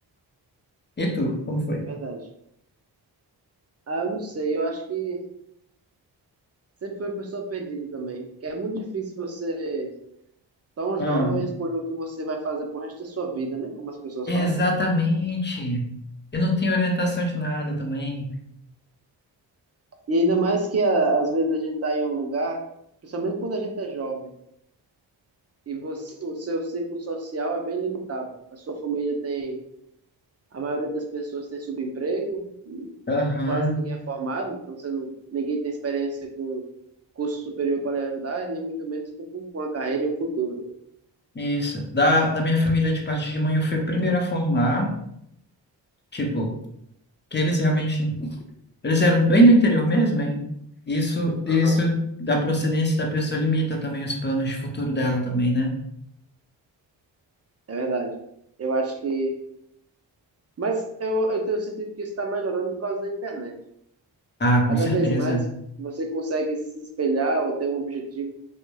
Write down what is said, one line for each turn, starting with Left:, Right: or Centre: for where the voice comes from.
Left: E tu, como foi?
Right: É verdade. Ah, eu não sei, eu acho que sempre fui uma pessoa perdida também. Porque é muito difícil você tão
Left: Ah,
Right: jovem escolher o que você vai fazer pro resto da sua vida, né? Como as pessoas
Left: exatamente.
Right: falam.
Left: Eu não tenho orientação de nada também.
Right: E ainda mais que a- às vezes a gente tá em um lugar, principalmente quando a gente é jovem, e você, o seu ciclo social é bem limitado. A sua família tem, a maioria das pessoas tem subemprego, e
Left: Aham,
Right: quase ninguém é formado, então você não, ninguém tem experiência com curso superior para lhe ajudar, e nem muito menos com, com uma carreira e um futuro, né?
Left: isso. Da, da minha família de parte de mãe, eu fui o primeiro a formar. Tipo, que eles realmente Eles eram bem do interior mesmo, e isso, isso
Right: Aham.
Left: da procedência da pessoa limita também os planos de futuro dela também, né?
Right: É verdade. Eu acho que. Mas eu, eu tenho sentido que isso está melhorando por causa da internet.
Left: Ah, com
Right: Cada
Left: certeza.
Right: vez mais você consegue se espelhar ou ter um objetivo